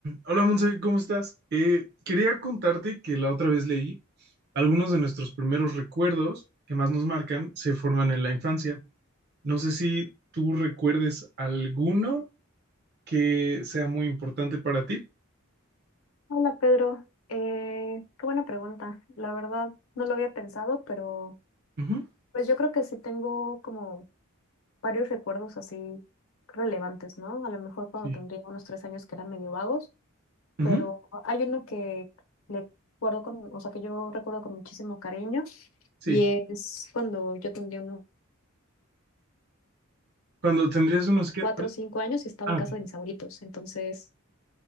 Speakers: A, on the right (about 50°); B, on the left (about 75°).
A: Hola Monse, ¿cómo estás? Eh, quería contarte que la otra vez leí algunos de nuestros primeros recuerdos que más nos marcan se forman en la infancia. No sé si tú recuerdes alguno que sea muy importante para ti.
B: Hola Pedro, Eh, qué buena pregunta. La verdad no lo había pensado, pero
A: Ujú,
B: pues yo creo que sí tengo como varios recuerdos así relevantes, ¿no? A lo mejor cuando
A: Sí.
B: tendría unos tres años que eran medio vagos,
A: ujú,
B: pero hay uno que le guardo con, o sea, que yo recuerdo con muchísimo cariño
A: Sí.
B: y es cuando yo tendría unos
A: Cuando tendrías unos que...
B: cuatro
A: perdón.
B: o cinco años y estaba
A: Ah,
B: en casa
A: ok.
B: de mis abuelitos. Entonces,